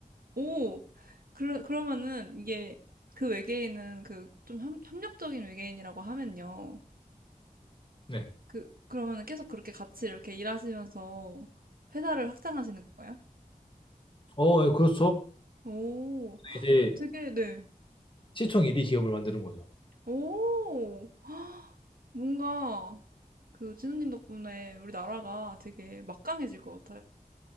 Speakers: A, on the right; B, on the left.
A: 오, 그러, 그러면은 이게 그 외계인은 그 좀 협력적인 외계인이라고 하면요.
B: 거죠. 네.
A: 그, 그러면은 계속 그렇게 같이 이렇게 일하시면서 회사를 확장하시는 건가요?
B: 어, 예, 그렇죠.
A: 오,
B: 이제
A: 되게, 네.
B: 시총 1위 기업을 만드는 거죠.
A: 오, <gasps> 뭔가 그 진우님 덕분에 우리 나라가 되게 막강해질 것 같아요.